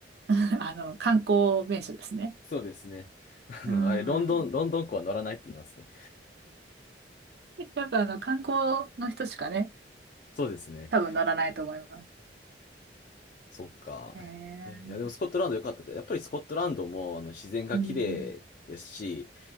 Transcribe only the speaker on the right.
<laughs> あの、観光名所ですね。
うん。
やっぱあの、観光の人しかね、
多分乗らないと思います。
えー、
うん、